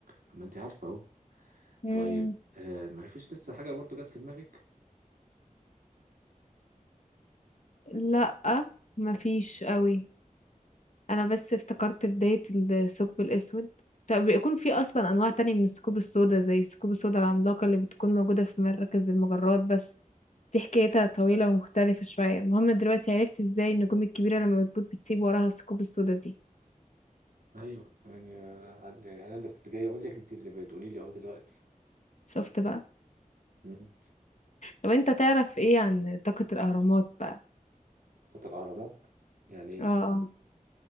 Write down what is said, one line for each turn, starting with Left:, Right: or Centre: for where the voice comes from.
Right: طب ما انت عارفه اهو
Left: مم.
Right: طيب آه ما فيش لسه حاجه برضو جت في دماغك
Left: لا مفيش قوي انا بس افتكرت بداية الثقب الاسود فبيكون في اصلا انواع تانية من الثقوب السوداء زي الثقوب السوداء العملاقة اللي بتكون موجودة في مراكز المجرات بس دي حكايتها طويلة ومختلفة شوية المهم دلوقتي عرفت ازاي النجوم الكبيرة لما بتموت بتسيب وراها الثقوب السوداء دي
Right: ايوه يعني آه، يعني انا اللي كنت جاي اقول لك انت اللي بتقولي لي اهو دلوقتي
Left: شفت بقى
Right: مم.
Left: طب انت تعرف ايه عن طاقة الاهرامات بقى
Right: فقط الاهرامات يعني ايه
Left: اه آه.